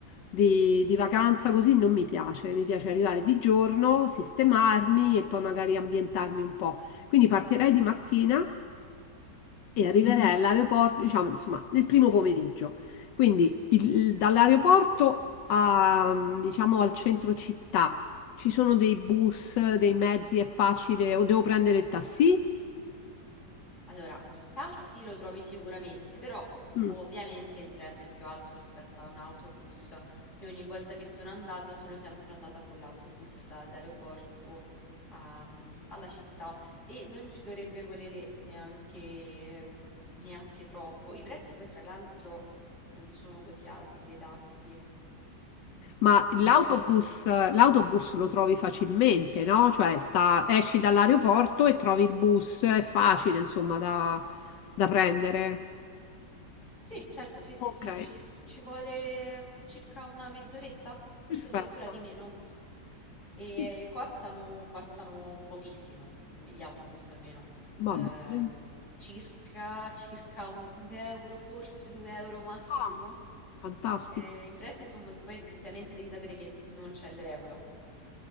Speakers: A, on the left (about 85°); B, on the left (about 45°).
A: di, di vacanza così non mi piace. Mi piace arrivare di giorno, sistemarmi e poi magari ambientarmi un po'. Quindi partirei di mattina e arriverei
B: Mhm.
A: all'aeroporto, diciamo, insomma, nel primo pomeriggio. Quindi il- dall'aeroporto a, diciamo, al centro città ci sono dei bus, dei mezzi, è facile, o devo prendere il taxi?
B: Allora, il taxi lo trovi sicuramente, però
A: Mm.
B: ovviamente il prezzo è più alto rispetto a un autobus. Io ogni volta che sono andata sono sempre andata con l'autobus dall'aeroporto ehm, alla città e non ci dovrebbe volere neanche, ehm, neanche troppo. I prezzi poi tra l'altro non sono così alti dei taxi.
A: Ma
B: Diciamo
A: l'autobus,
B: che in
A: l'autobus lo trovi facilmente, no? Cioè sta- esci dall'aeroporto e trovi il bus, è facile, insomma, da, da prendere.
B: Sì, certo, sì, sì,
A: Ok,
B: sì, ci, s- ci vuole mm, circa una mezz'oretta, forse
A: perfetto.
B: addirittura di meno. E
A: Sì.
B: costano, costano pochissimo, mm, gli autobus almeno,
A: Va
B: Ehm,
A: bene.
B: circa, circa un, un euro, forse due euro massimo.
A: Ah, fantastico.
B: Eh, i prezzi sono molto... Poi ovviamente devi sapere che non c'è l'euro,